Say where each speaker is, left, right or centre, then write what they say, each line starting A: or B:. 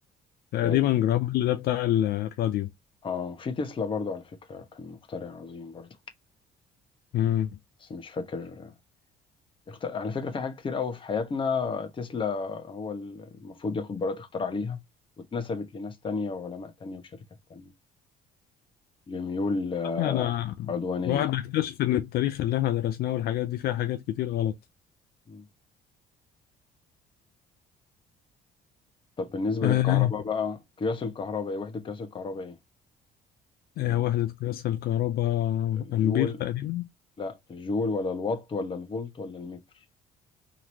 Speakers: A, on the left; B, on the left.
A: تقريبا
B: باين
A: جراهام بيل ده بتاع الراديو
B: اه في تسلا برضو على فكرة كان مخترع عظيم برضو
A: مم.
B: بس مش فاكر اخت... على فكرة في حاجات كتير قوي في حياتنا تسلا هو المفروض ياخد براءة اختراع ليها واتنسبت لناس تانية وعلماء تانية وشركات تانية لميول آه،
A: أنا
B: عدوانية
A: الواحد بيكتشف إن التاريخ اللي إحنا درسناه والحاجات دي فيها حاجات كتير غلط
B: مم. طب بالنسبة
A: آه
B: للكهرباء بقى قياس الكهرباء ايه وحدة قياس الكهرباء ايه
A: آه
B: ال-
A: وحدة قياس الكهرباء
B: الجول
A: أمبير تقريبا
B: لا الجول ولا الوات ولا الفولت ولا المتر